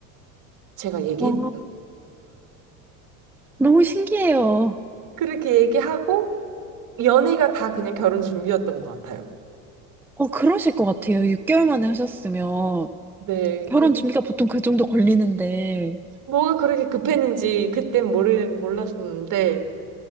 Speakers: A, on the right; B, in the centre.
A: 제가 얘기했
B: 와, 너무 신기해요.
A: 그렇게 얘기하고 연애가 다 그냥 결혼 준비였던 것 같아요.
B: 어, 그러실 것 같아요. 6개월 만에 하셨으면.
A: 네,
B: 결혼
A: 그
B: 준비가 보통 그 정도 걸리는데.
A: 뭐가 그렇게 급했는지 그땐 모르 몰랐었는데